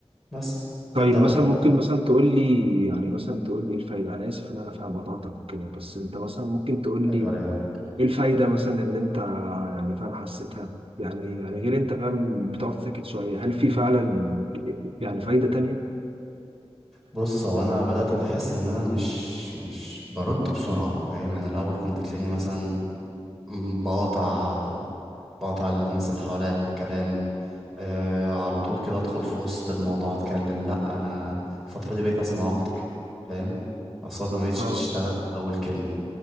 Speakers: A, in the centre; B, on the right.
A: بس
B: طيب
A: تبدا
B: مثلا
A: بقى
B: ممكن مثلا تقول لي يعني مثلا تقول لي ايه الفايده انا اسف ان انا فاهم قطعتك وكده بس انت مثلا ممكن تقول
A: تتعود
B: لي
A: ولا
B: ايه الفايده مثلا اللي انت يعني فاهم حسيتها يعني يعني غير انت فاهم بتقعد ساكت شويه هل في
A: يهمك
B: فعلا يعني فايده تانية
A: بص هو انا بدات احس ان انا مش مش برد بسرعه فاهم يعني الاول كنت تلاقيني مثلا بقاطع بقاطع الناس اللي حواليا في الكلام آه على طول كده ادخل في وسط الموضوع اتكلم لا انا الفتره دي بقيت اسمع اكتر فاهم اعصابي ما بقتش
B: اه
A: بتشتغل من اول كلمه